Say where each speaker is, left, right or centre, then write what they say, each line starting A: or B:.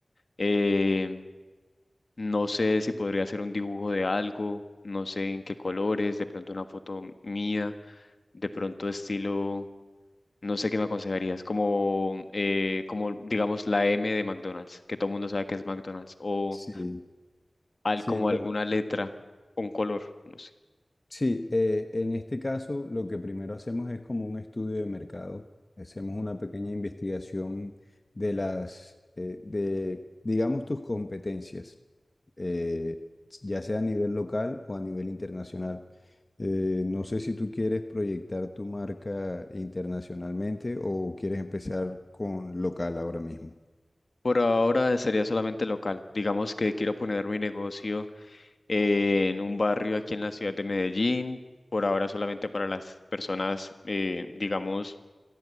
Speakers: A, on the left (about 55°); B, on the left (about 35°).
A: Eh, no sé si podría ser un dibujo de algo, no sé en qué colores, de pronto una foto mía, de pronto estilo, no sé qué me aconsejarías, como, eh, como digamos la M de McDonald's, que todo el mundo sabe que es McDonald's o
B: Sí,
A: al,
B: sí,
A: como
B: bueno.
A: alguna letra un color, no sé.
B: Sí, eh, en este caso lo que primero hacemos es como un estudio de mercado, hacemos una pequeña investigación de las, eh, de, digamos, tus competencias, eh, ya sea a nivel local o a nivel internacional. Eh, no sé si tú quieres proyectar tu marca internacionalmente o quieres empezar con local ahora mismo.
A: Por ahora sería solamente local. Digamos que quiero poner mi negocio eh, en un barrio aquí en la ciudad de Medellín. Por ahora solamente para las personas, eh, digamos,